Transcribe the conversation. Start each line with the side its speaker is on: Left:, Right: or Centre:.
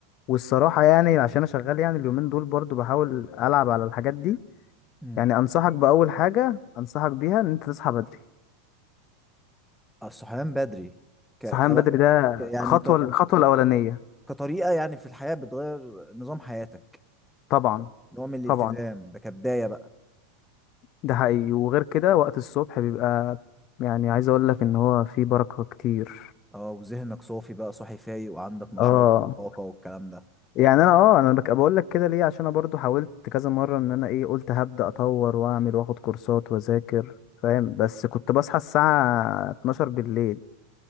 Left: والصراحة يعني عشان انا شغال يعني اليومين دول برضو بحاول العب على الحاجات دي
Centre: مم.
Left: يعني انصحك باول حاجة انصحك بيها ان انت تصحى بدري
Centre: الصحيان بدري ك...
Left: صحيان
Centre: ك...
Left: بدري ده
Centre: ك... يعني
Left: خطوة
Centre: ط...
Left: الخطوة الأولانية
Centre: كطريقة يعني في الحياة بتغير نظام حياتك
Left: طبعا
Centre: نوع من الالتزام
Left: طبعا
Centre: ده كبداية بقى
Left: ده حقيقي وغير كده وقت الصبح بيبقى يعني عايز أقول لك إن هو فيه بركة كتير
Centre: اه وذهنك صافي بقى صاحي فايق وعندك نشاط
Left: اه
Centre: وطاقة والكلام ده
Left: يعني أنا اه أنا بك- بقول لك كده ليه عشان أنا برضو حاولت كذا مرة إن أنا إيه قلت هبدأ أطور وأعمل وآخد كورسات وأذاكر فاهم بس كنت بصحى الساعة 12 بالليل